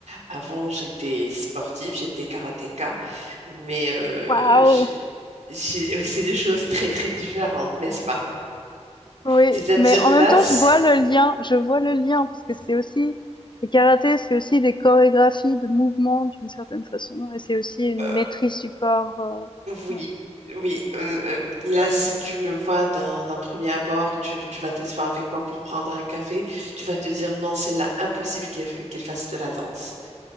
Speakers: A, on the right; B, on the left.
A: avant, j'étais sportive, j'étais karatéka, mais euh,
B: Waouh!
A: j'ai- j'ai- <laughs> c'est des choses très, très différentes, n'est-ce pas?
B: Oui,
A: C'est-à-dire
B: mais en
A: là,
B: même temps,
A: si-
B: je vois le lien, je vois le lien, parce que c'est aussi, le karaté, c'est aussi des chorégraphies de mouvements d'une certaine façon, et c'est aussi une
A: euh,
B: maîtrise du corps. euh,
A: oui.
B: ouais.
A: Oui, euh, euh, là, si tu me vois d'un d'un premier abord, tu, tu vas t'asseoir avec moi pour prendre un café, tu vas te dire non, c'est là impossible qu'elle qu'elle fasse de la danse.